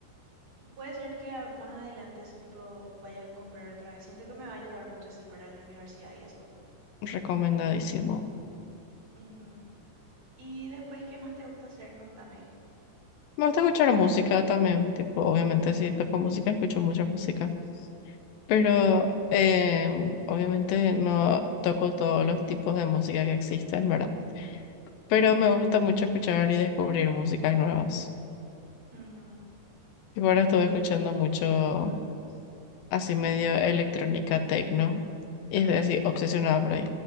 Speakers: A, on the right; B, on the left.
A: puede ser que a- más adelante ese tipo vaya a comprar otra vez. Siento que me va a ayudar mucho así para la universidad y eso.
B: Recomendadísimo.
A: Ujú. Y después, ¿qué más te gusta hacer? Contame.
B: Me gusta escuchar música también. Tipo, obviamente si toco música, escucho mucha música. Pero
A: Ujú,
B: em, obviamente no toco todos los tipos de música que existen, ¿verdad? Pero
A: Claro.
B: me gusta mucho escuchar y descubrir músicas nuevas.
A: Ujú.
B: Y ahora estuve
A: Y...
B: escuchando mucho
A: ajá,
B: así
A: ujú.
B: medio electrónica techno y estoy así obsesionada por ahí.